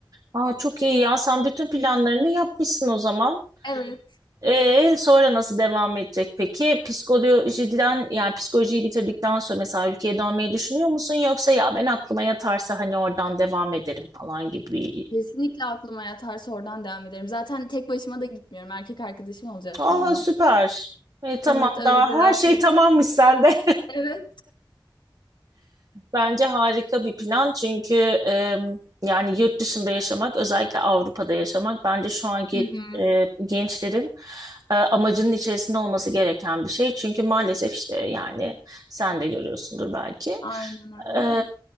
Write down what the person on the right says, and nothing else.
Aa, çok iyi ya. Sen bütün planlarını yapmışsın o zaman.
Ee, sonra nasıl devam edecek peki? Psikolojiden yani psikolojiyi bitirdikten sonra mesela ülkeye dönmeyi düşünüyor musun? Yoksa ya ben aklıma yatarsa hani oradan devam ederim falan gibi.
Aa
süper. E, tamam
daha
her
şey
tamammış sende.
Bence harika bir plan çünkü e, yani yurt dışında yaşamak özellikle Avrupa'da yaşamak bence şu anki
e, gençlerin e, amacının içerisinde olması gereken bir şey. Çünkü maalesef işte yani sen de görüyorsundur belki.
E,